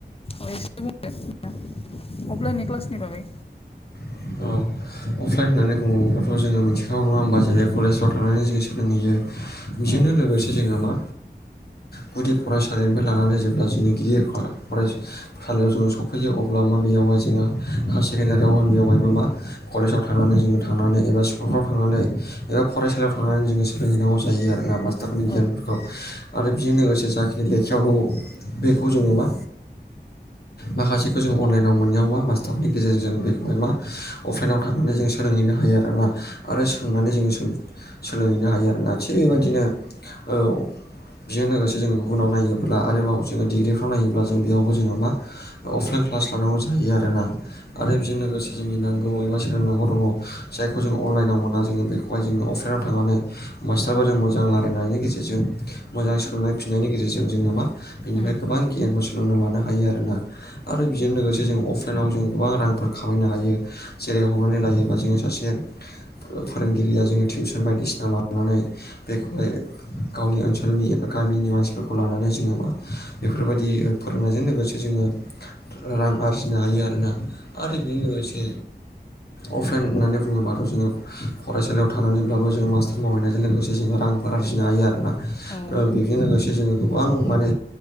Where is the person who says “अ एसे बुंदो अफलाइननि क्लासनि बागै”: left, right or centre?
Left